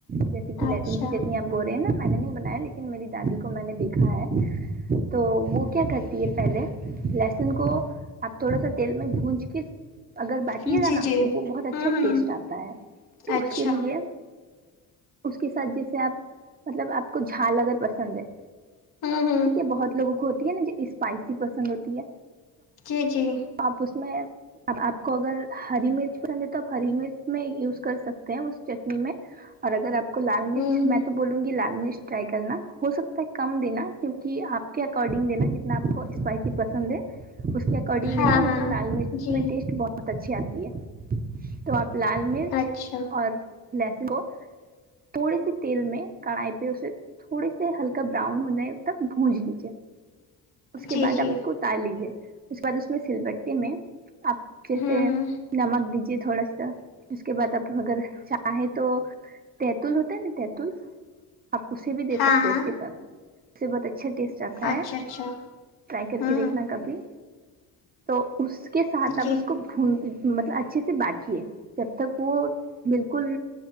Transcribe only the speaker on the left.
اچھا
جی
جی
ہوں ہوں
اچھا
ہوں ہوں
جی جی
ہوں ہوں
ہاں
ہاں
جی
اچھا
جی
جی
ہوں ہوں
ہاں
ہاں
اچھا
اچھا
ہوں
جی